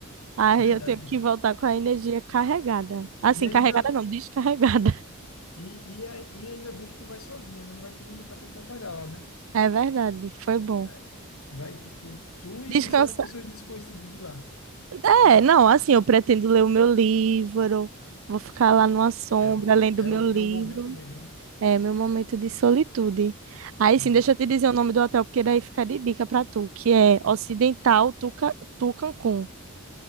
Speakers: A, on the right (about 65°); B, on the left (about 70°).
A: Aí
B: Verdade.
A: eu tenho que voltar com a energia carregada. Assim,
B: E ainda,
A: carregada não, descarregada. <laughs>
B: e, e, a- e ainda bem que tu vai sozinha, né? Não vai ter ninguém para te atrapalhar lá, né?
A: É verdade, foi bom.
B: É. Vai, tipo, tu
A: Descansar.
B: e só as pessoas desconhecidas de lá.
A: É,
B: Mas não.
A: não, assim, eu pretendo ler o meu livro. Vou ficar lá numa sombra
B: É o,
A: lendo
B: é
A: o meu
B: o teu
A: livro.
B: momento mesmo, né?
A: É, meu momento de solitude. Aí
B: Entendi.
A: sim, deixa eu te dizer o nome do hotel, porque daí fica de dica pra tu, que é
B: Pronto.
A: Ocidental Tuca, Tu Cancún.